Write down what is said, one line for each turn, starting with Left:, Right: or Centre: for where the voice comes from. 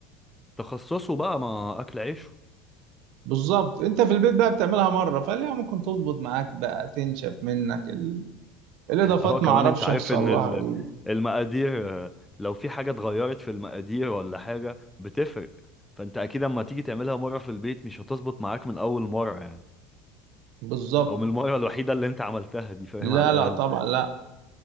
Centre: تخصصه بقى ما اكل عيشه
Right: بالظبط انت في البيت بقى بتعملها مره فليه ممكن تظبط معاك بقى تنشف منك ال... الاضافات
Centre: اهو كمان
Right: ما اعرفش
Centre: انت عارف
Right: يحصل
Centre: ان
Right: لها
Centre: ال-
Right: ايه
Centre: المقادير آه، لو في حاجة اتغيرت في المقادير ولا حاجة بتفرق فانت اكيد اما تيجي تعملها مرة في البيت مش هتظبط معاك من اول مرة يعني
Right: بالظبط
Centre: او من المرة الوحيدة اللي انت عملتها دي فاهم
Right: لا
Centre: على الاقل
Right: لا طبعا لا